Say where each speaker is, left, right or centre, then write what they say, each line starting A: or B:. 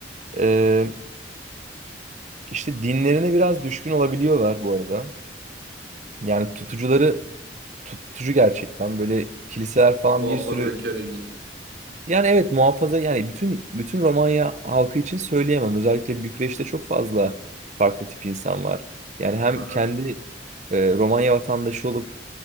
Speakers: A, on the right; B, on the right.
A: Ee, işte dinlerine biraz düşkün olabiliyorlar bu arada. Yani tutucuları tutucu gerçekten böyle kiliseler falan
B: Muhafazakar
A: bir sürü
B: iyice.
A: yani evet muhafaza yani bütün bütün Romanya halkı için söyleyemem. Özellikle Bükreş'te çok fazla farklı tip insan var. Yani hem
B: Hı hı.
A: kendi e, Romanya vatandaşı olup